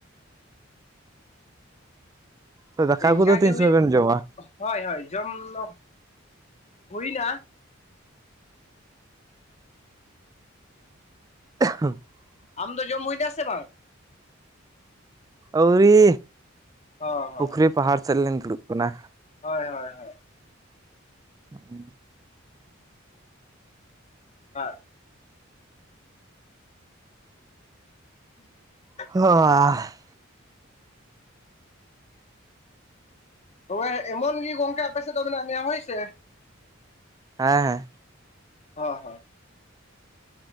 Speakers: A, on the right; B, on the left.
A: ᱛᱚ ᱫᱟᱠᱟ
B: ᱤᱱᱠᱟ
A: ᱠᱚᱫᱚ ᱛᱤᱱ
B: ᱜᱮ
A: ᱥᱚᱢᱚᱭ
B: ᱦᱩᱭᱩᱜ
A: ᱵᱮᱱ ᱡᱚᱢᱟ
B: ᱦᱳᱭ ᱦᱳᱭ ᱡᱚᱢ ᱫᱚ ᱦᱩᱭᱱᱟ?
A: <unintelligible>
B: ᱟᱢᱫᱚ ᱡᱚᱢ ᱦᱩᱭ ᱫᱟ ᱥᱮ ᱵᱟᱝ?
A: ᱟᱹᱣᱨᱤ᱾
B: ᱦᱚ ᱦᱚ
A: ᱯᱩᱠᱷᱨᱤ ᱯᱟᱦᱟᱲ ᱥᱮᱫ ᱞᱤᱧ ᱫᱩᱲᱩᱵ ᱠᱟᱱᱟ
B: ᱦᱳᱭ ᱦᱳᱭ ᱦᱳᱭ᱾
A: <inaudible>
B: <unintelligible> <inaudible>
A: <unintelligible>
B: ᱛᱚᱵᱮ ᱮᱢᱚᱱ ᱜᱤ ᱜᱚᱝᱠᱮ ᱟᱯᱮ ᱥᱮᱫ ᱫᱚ ᱢᱮᱱᱟᱜ ᱢᱮᱭᱟ ᱦᱳᱭ ᱥᱮ,
A: ᱦᱮᱸ ᱦᱮᱸ᱾
B: ᱦᱚ ᱦᱳᱭ᱾